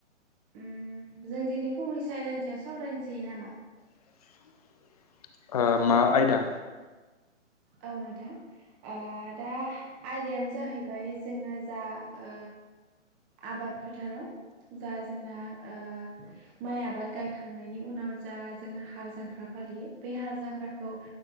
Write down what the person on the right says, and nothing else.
उम जों दिनै फंनैसो आयदानि सायाव सावरायनोसै नामा?
औ नोंथां ओ दा आयदायानो जाहैबाय जोङो जा ओ आबाद फोथाराव जा जोंना ओ माइ आबाद गायखांनायनि उनाव जा जोंना हाल जांख्रा फालियो बे हाल जांख्राखौ